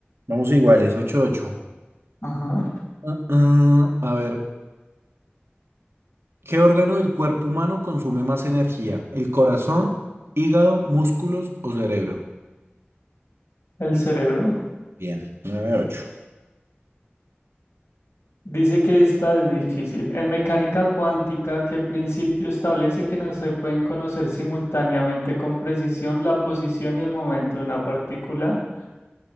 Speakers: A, on the right; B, on the left.
A: vamos iguales, ocho ocho.
B: Ajá.
A: Ah, ah, a ver, ¿qué órgano del cuerpo humano consume más energía? ¿El corazón, hígado, músculos o cerebro?
B: El cerebro.
A: Bien, nueve ocho.
B: Dice que está difícil. En mecánica cuántica, ¿qué principio establece que no se pueden conocer simultáneamente con precisión la posición y el momento de una partícula?